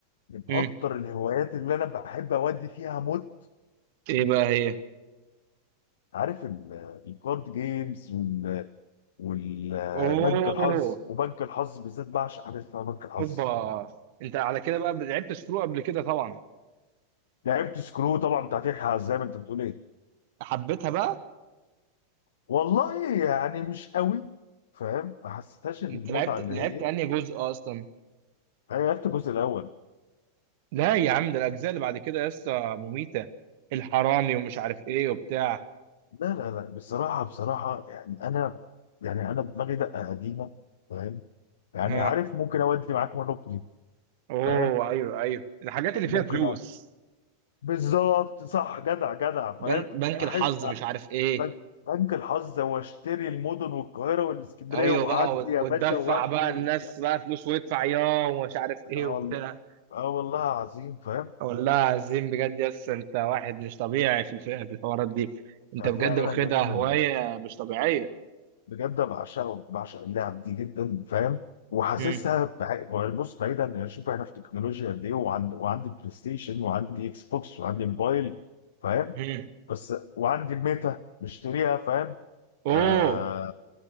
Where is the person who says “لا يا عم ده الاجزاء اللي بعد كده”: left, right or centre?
Right